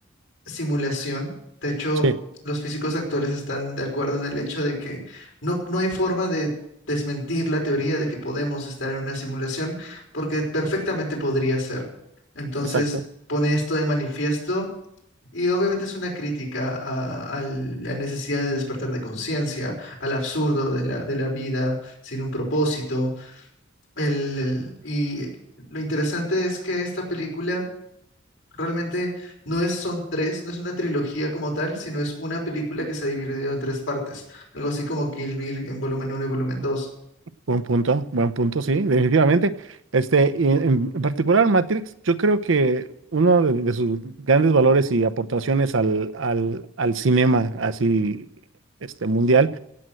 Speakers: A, on the left (about 85°); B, on the right (about 90°).
A: simulación. De hecho,
B: sí,
A: los físicos actuales están de acuerdo en el hecho de que no, no hay forma de desmentir la teoría de que podemos estar en una simulación, porque perfectamente podría ser. Entonces,
B: exacto.
A: pone esto de manifiesto y obviamente es una crítica a, a la necesidad de despertar de conciencia, al absurdo de la, de la vida sin un propósito. El- el- y lo interesante es que esta película realmente no es, son tres, no es una trilogía como tal, sino es una película que se ha dividido en tres partes, algo así como Kill Bill en volumen uno y volumen dos
B: Buen punto, buen punto, sí, definitivamente. Este, y en, en particular Matrix, yo creo que uno de, de sus grandes valores y aportaciones al, al, al cinema así este, mundial